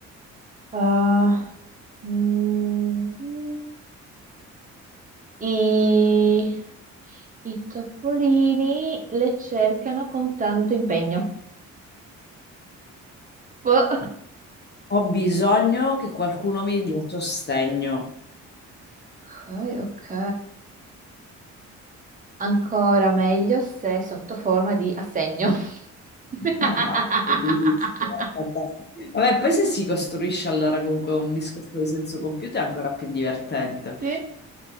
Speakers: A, on the right; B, on the left.
A: Ah, mm, i, i topolini le cercano con tanto impegno. Boh.
B: Ho bisogno che qualcuno mi dia sostegno.
A: Ok, ok. Ancora meglio se sotto forma di assegno. <laughs>
B: Ah, bellissimo, fantastico. Vabbè, poi se si costruisce allora comunque un discorso di senso compiuto è ancora più divertente.
A: Sì.